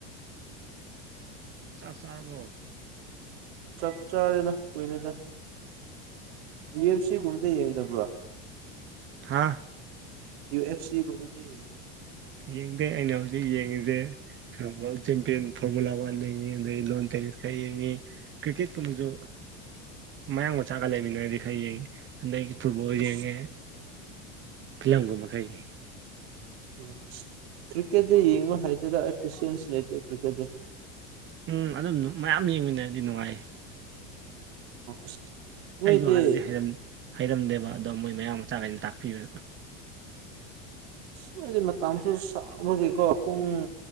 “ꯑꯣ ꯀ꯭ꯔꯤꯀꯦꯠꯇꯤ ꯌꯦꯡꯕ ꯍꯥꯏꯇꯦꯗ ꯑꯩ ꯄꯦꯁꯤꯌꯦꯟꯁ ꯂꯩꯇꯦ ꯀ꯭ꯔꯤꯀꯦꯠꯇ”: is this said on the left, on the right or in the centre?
Right